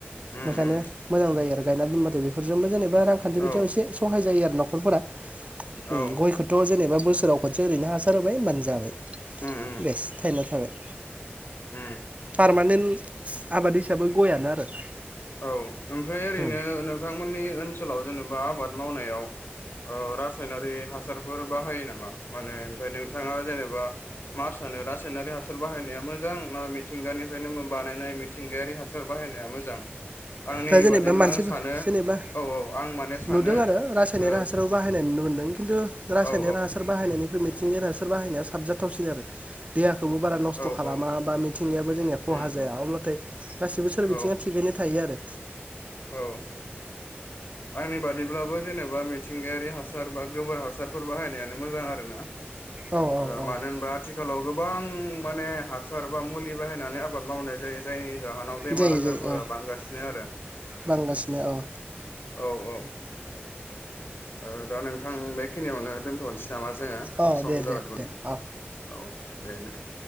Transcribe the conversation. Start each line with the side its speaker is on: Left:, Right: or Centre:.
Left: उम
Right: बेखायनो
Left: उम
Right: मोजां जायो आरो गायना दोनबाथाय बेफोरजोंबो जेनेबा बा रांखान्थि
Left: औ
Right: <unintelligible> एसे सहाय जायो आरो न'खरफोरा।
Left: औ
Right: ओम गयखौथ' जेनेबा बोसोराव खनसे ओरैनो हासार होबाय होमबानो जाबाय
Left: उम उम
Right: बेस थाइना थाबाय।
Left: उम
Right: पारमानेन्ट आबाद हिसाबै गयानो आरो
Left: औ ओमफ्राय ओरैनो
Right: उम
Left: नोंथांमोननि ओनसोलाव जेनेबा आबाद मावनायाव औ रासायनारि हासार फोर बाहायो नामा? माने ओमफ्राय नोंथाङा जेनेबा मा सानो रासायनारि हासार बाहायनाया मोजां ना मिथिंगानिफ्रायनो मो बानायनाय मिथिंगायारि हासार बाहायनाया मोजां आंनि
Right: दा जेनेबा
Left: बादिब्ला
Right: मानसि
Left: आं सानो
Right: जेनेबा
Left: औ औ आं माने सानो
Right: नुदों आरो रासायनिक
Left: ओ
Right: हासारबो बाहायनाय नुनो मोनदों खिन्थु रासायनिक
Left: औ
Right: हासार बाहायनायनिख्रुइ मिथिंगियारि हासार बाहायनाया साबजाथावसिन आरो देहा खौबो बारा नस्थ'
Left: औ औ
Right: खालामा
Left: औ
Right: बा मिथिंगायाबो जोंनिया
Left: उम
Right: खहा जाया
Left: उम
Right: अब्लाथाय गासिबो सोर बिथिङा
Left: औ
Right: थिगैनो थायो आरो
Left: औ आंनि बादिब्लाबो जेनेबा मिथिंगायारि हासार बा गोबोर हासारफोर बाहायनायानो मोजां आरो ना।
Right: औ औ
Left: ओ
Right: औ
Left: मानो होनबा आथि खालाव गोबां माने हासार बा मुलि बाहायनानै आबाद मावनाय जायो जायनि जाहोनाव बेमार
Right: जायो
Left: आजारफोरा
Right: जायो औ
Left: बांगासिनो आरो
Right: बांगासिनो औ।
Left: औ औ। ओ दा नोंथां बेखिनियावनो दोनथ'नोसै नाबा जोङो
Right: औ
Left: सम
Right: दे
Left: जाबायमोन
Right: दे दे औ
Left: औ दे दे